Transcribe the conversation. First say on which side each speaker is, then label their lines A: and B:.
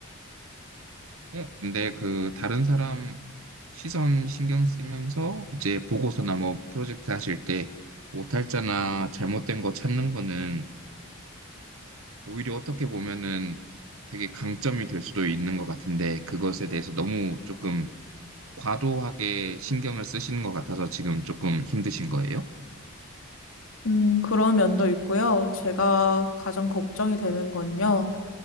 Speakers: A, on the right; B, on the left.
A: 어, 근데 그 다른 사람 시선 신경 쓰면서 이제 보고서나 뭐 프로젝트 하실 때 오탈자나 잘못된 거 찾는 거는 오히려 어떻게 보면은 되게 강점이 될 수도 있는 것 같은데 그것에 대해서 너무 조금 과도하게 신경을 쓰시는 것 같아서 지금 조금 힘드신 거예요?
B: 음, 그런 면도 있고요. 제가 가장 걱정이 되는 건요.